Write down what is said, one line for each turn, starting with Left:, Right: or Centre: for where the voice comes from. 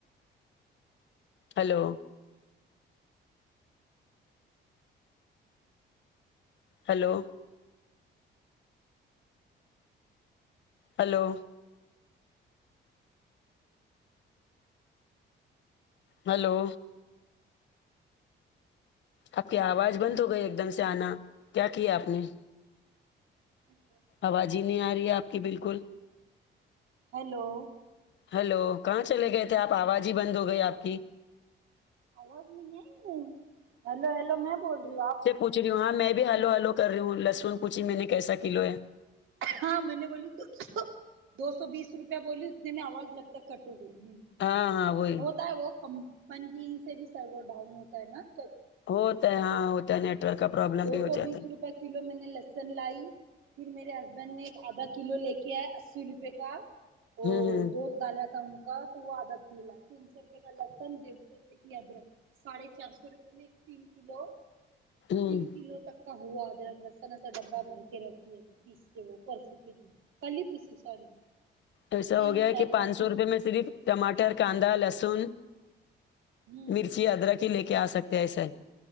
Left: hello hello hello hello آپ کی آواز بند ہو گئی ایک دم سے آنا کیا کیا آپ نے
Right: <unintelligible>
Left: آواز ہی نہیں آ رہی ہے آپ کی بالکل
Right: ہیلو
Left: ہیلو کہاں چلے گئے تھے آپ آواز ہی بند ہو گئی آپ کی
Right: آواز نئی آئی ہیلو ہیلو میں بول رہی ہوں آپ
Left: پوچ رہی ہوں ہاں میں بھی ہیلو ہیلو کر رہی ہوں لسن پوچھی میں نے کیسا کلو ہے
Right: ہاں م نے بولی دو دو سو بیس روپیہ بولی اتنے میں آواز لگتا کٹ ہو گئی ہوں
Left: ہاں ہاں وہی
Right: ہوتا ہے وہ کمپنی سے بھی سرور ڈاؤن ہوتا ہے نا تو
Left: ہوتا ہے ہاں ہوتا ہے نیٹ ورک کا پروابلم
Right: دو
Left: بھی ہوجاتا
Right: سو بیس
Left: ہے
Right: روپئے کلو میں نے لسن لائی پھر میرے ہسبینڈ نے ایک آدھا کلو لے کے آے اسی روپے کا وہ
Left: ھمم ھمم
Right: ڈالا تھا ان کا تو وہ آدا کولا تین سو روپے کا لسن ڈڑھ سو روپے کی ادرک ساڑھے چار سو روپے میں ایک تین کلو
Left: ہوں
Right: تین کلو تک کا ہوا ادرک لہسن ایسا ڈبا بھر کے رکھی ابھی پیس وہ پرسوں کے دن کل ہی پیسی سوری
Left: ایسا
Right: نہیں
Left: ہو
Right: نہیں
Left: گیا
Right: شاید
Left: کہ
Right: پرسوں
Left: پانچ سو
Right: ہی
Left: روپے
Right: پیسی
Left: میں صرف ٹماٹر کاندا لہسن
Right: ہوں
Left: مرچی ادرک ہی لے کے آ سکتے ہیں ایسا